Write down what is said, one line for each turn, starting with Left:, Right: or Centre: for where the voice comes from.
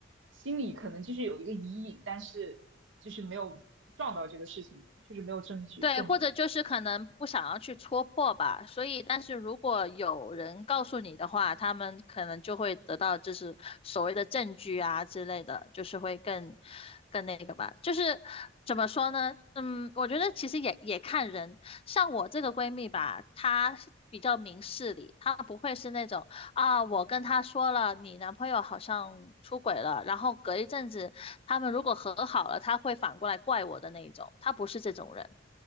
Right: 心里可能就是有一个疑影，但是就是没有撞到这个事情，就是没有证据证明。
Left: 对，或者就是可能不想要去戳破吧，所以，但是如果有人告诉你的话，他们可能就会得到就是所谓的证据啊之类的，就是会更更那个吧。就是怎么说呢？嗯，我觉得其实也也看人，像我这个闺蜜吧，她是比较明事理，她不会是那种啊，我跟她说了你男朋友好像出轨了，然后隔一阵子他们如果和好了，她会反过来怪我的那一种，她不是这种人。